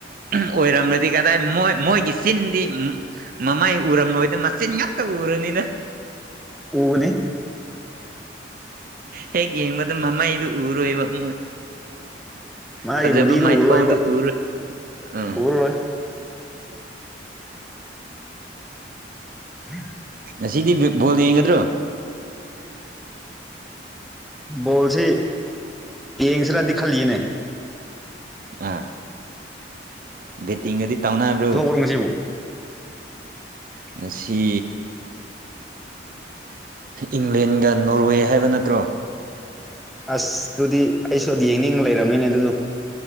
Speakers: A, on the right; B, in the centre.
A: ꯑꯣꯏꯔꯝꯂꯗꯤ ꯀꯗꯥꯏ ꯃꯣꯏ ꯃꯣꯏꯒꯤ ꯆꯤꯟꯗꯤ ꯃꯃꯥꯏ ꯎꯔꯝꯂꯣꯏꯗ ꯃꯆꯤꯟ ꯉꯥꯛꯇ ꯎꯔꯅꯤꯅ
B: ꯎꯕꯅꯤ
A: ꯍꯦꯛ ꯌꯦꯡꯕꯗ ꯃꯃꯩꯗꯨ ꯎꯔꯣꯏꯕ ꯃꯣꯏ
B: ꯃꯥꯒꯤꯕꯨꯗꯤꯗꯨ
A: ꯐꯖꯕ ꯃꯥꯏꯊꯣꯡꯗꯨ
B: ꯎꯔꯣꯏꯕ
A: ꯎꯔꯣꯏ ꯎꯝ
B: ꯎꯔꯔꯣꯏ <inaudible>
A: ꯉꯁꯤꯗꯤ ꯕꯣꯜ ꯌꯦꯡꯒꯗ꯭ꯔꯣ
B: ꯕꯣꯜꯁꯤ ꯌꯦꯡꯁꯤꯔꯗꯤ ꯈꯜꯂꯤꯅꯦ
A: ꯑꯥ ꯕꯦꯇꯤꯡ ꯒꯗꯤ ꯇꯥꯎꯅꯕ꯭ꯔꯣ
B: ꯄꯨꯡꯖꯤꯕꯨ
A: ꯉꯁꯤ ꯏꯪꯂꯦꯟꯒ ꯅꯣꯔꯋꯦ ꯍꯥꯏꯕ ꯅꯠꯇ꯭ꯔꯣ
B: ꯑꯁ ꯑꯗꯨꯗꯤ ꯑꯩꯁꯨ ꯑꯗꯨ ꯌꯦꯡꯅꯤꯡ ꯂꯩꯔꯕꯅꯤꯅꯦ ꯑꯗꯨꯗꯨ